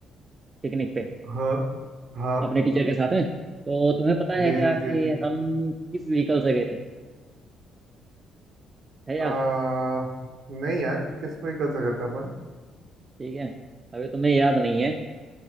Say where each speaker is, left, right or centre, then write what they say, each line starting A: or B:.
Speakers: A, on the right (about 25°); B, on the right (about 65°).
A: पिकनिक पे
B: हाँ हाँ
A: अपने टीचर के साथ में तो तुम्हें पता है
B: जी
A: क्या
B: जी
A: कि
B: जी जी
A: हम किस व्हीकल से गए थे है याद
B: आ, नहीं यार किस पे कर सका था अपन
A: ठीक है अभी तुम्हें याद नहीं है